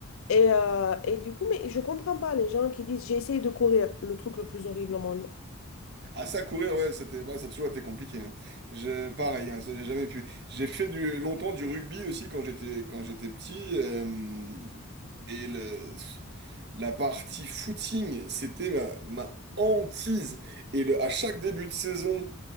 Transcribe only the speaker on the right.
Ah ça courir ouais c'était bah, ça a toujours été compliqué hein. Je pareil hein, ça, j'ai jamais pu j'ai fait du longtemps du rugby aussi quand j'étais quand j'étais petit euh, et le la partie footing c'était ma, ma hantise et le, à chaque début de saison